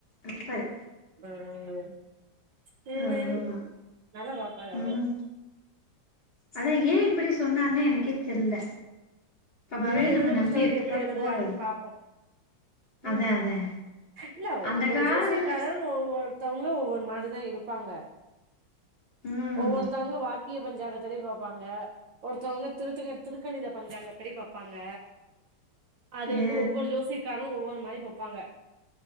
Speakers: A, on the left; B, on the right.
A: நெனப்பாரு
B: ம் சேரி
A: ஆமா
B: ‌ நல்லா பாப்பாரு அவரும்
A: ம் அதா ஏ இப்டி சொன்னாருன்னே எனக்கே தெர்ல அப்ப மறுபடியு
B: இவர் எழுத
A: நம்ம
B: கொடுத்தவரு
A: நம்பி எப்புட்லா
B: எப்படி எழுதுறாருன்னு
A: போறது
B: பாப்போ ம்
A: அதா அதா
B: இல்ல ஒவ்வொரு
A: அந்த காலத்துல
B: ஜோசியக்காரரு ஒவ்வொருத்தவங்க ஒவ்வொரு மாரிதா இருப்பாங்க
A: ம்
B: ஒவ்வொருத்தவங்க வாக்கிய பஞ்சாங்கத்துலைவு பாப்பாங்க ஒருத்தவங்க திருத்தங்க திருக்கணித பஞ்சாங்கபடி பாப் பாங்க அது வந்து
A: எ
B: ஒவ்வொரு ஜோசிக்காரும் ஒவ்வொரு மாரி பாப்பாங்க